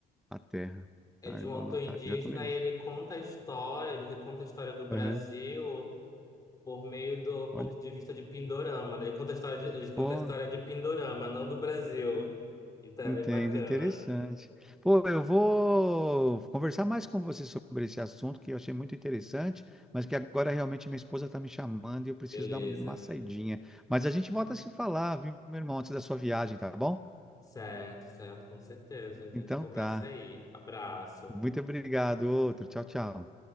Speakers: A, in the centre; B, on the left (about 20°).
A: A terra.
B: É
A: Ah,
B: de
A: eu
B: um autor
A: vou anotar
B: indígena
A: aqui, já tomei nota.
B: e ele conta a história, ele reconta a história do Brasil
A: Aham.
B: por meio do
A: Olha.
B: ponto de vista de Pindorama, né? Ele conta a história de, ele conta
A: Pô,
B: a história de Pindorama, não do Brasil. Então é
A: Entendo,
B: bem bacana.
A: interessante. Pô, eu vou conversar mais com você sobre esse assunto que eu achei muito interessante, mas que agora realmente minha esposa está me chamando e eu preciso
B: Beleza.
A: dar uma saidinha. Mas a gente volta a se falar, viu, meu irmão, antes da sua viagem, tá bom?
B: Certo, certo, com certeza. A gente
A: Então
B: conversa
A: tá.
B: aí. Abraço.
A: Muito obrigado, outro. Tchau, tchau.